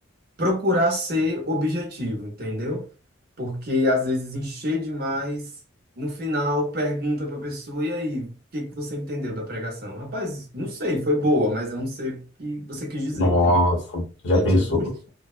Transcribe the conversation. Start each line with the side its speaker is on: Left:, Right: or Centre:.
Right: procurar ser objetivo, entendeu? Porque às vezes encher demais, no final pergunta para a pessoa, e aí, o que que você entendeu da pregação? Rapaz, não sei, foi boa, mas eu não sei o que você quis dizer,
Left: Nossa,
Right: entendeu?
Left: já
Right: É
Left: pensou?
Right: tipo, isso.